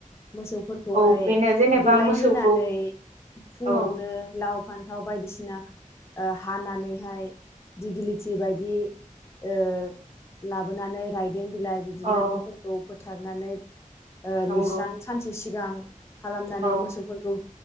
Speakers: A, on the left; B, on the right.
A: मोसौफोरखौहाय
B: औ बेनो जेनेबा
A: देलाय
B: मोसौखौ
A: होनोनानै फुङावनो
B: औ
A: लाव फान्थाव बायदिसिना ना हानानैहाय दिगलि थि बायदि ओ लाबोनानै दें बिलाइ बिदिनो
B: औ
A: न'फोरखौ फोथारनानै ओ
B: नंगौ
A: लिरस्रां सानसे सि सिगां खालामनानै
B: औ
A: मोसौफोरखौ